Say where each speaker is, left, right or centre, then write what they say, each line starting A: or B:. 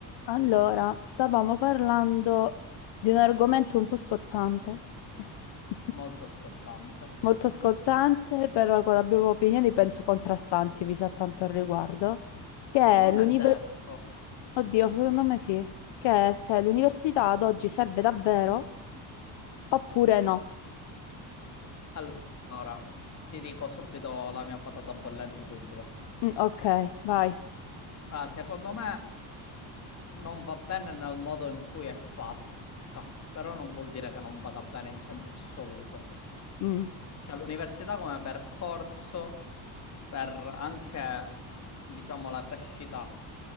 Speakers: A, on the left; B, on the left.
A: Allora, stavamo parlando di un argomento un po' scottante, <laughs>
B: Molto scottante.
A: molto scottante, però con- abbiamo opinioni penso contrastanti, mi sa tanto al riguardo, che è
B: Non
A: l'università,
B: è detto.
A: oddio, secondo me sì, che è se l'università ad oggi serve davvero oppure no.
B: Allora, ti dico subito la mia patata bollente subito.
A: Mm, ok, vai.
B: Allora, secondo me non va bene nel modo in cui è fatta, però non vuol dire che non vada bene in senso assoluto.
A: Mm,
B: Cioè, l'università come percorso per anche, diciamo, la crescita